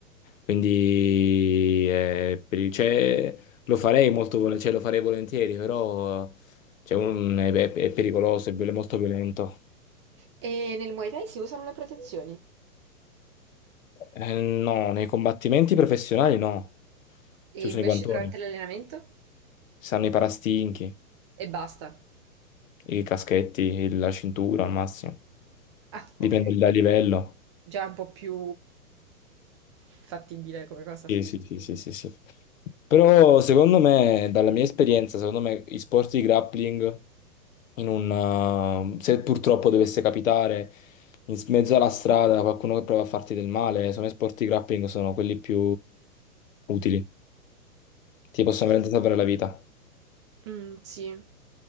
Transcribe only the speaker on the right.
E nel Muay Thai si usano le protezioni.
E
invece
durante l'allenamento?
E basta.
Ah,
ok.
Già un po' più fattibile come cosa.
Mm, sì.